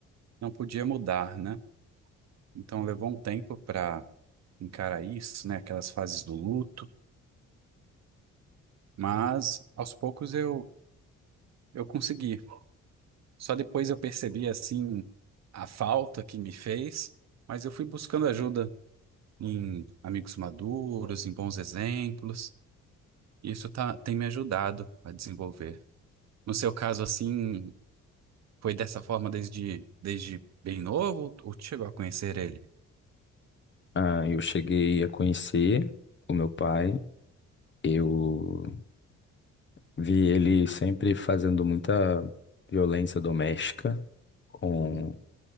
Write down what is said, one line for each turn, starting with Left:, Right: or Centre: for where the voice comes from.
Right: não podia mudar, né? Então levou um tempo para encarar isso, né? Aquelas fases do luto, mas aos poucos eu, eu consegui. Só depois eu percebi, assim, a falta que me fez, mas eu fui buscando ajuda em amigos maduros, em bons exemplos. E Isso tá, tem me ajudado a desenvolver. No seu caso, assim, foi dessa forma desde, desde bem novo ou tu chegou a conhecer ele?
Left: Ah, eu cheguei a conhecer o meu pai, eu vi ele sempre fazendo muita violência doméstica. com
Right: Hum,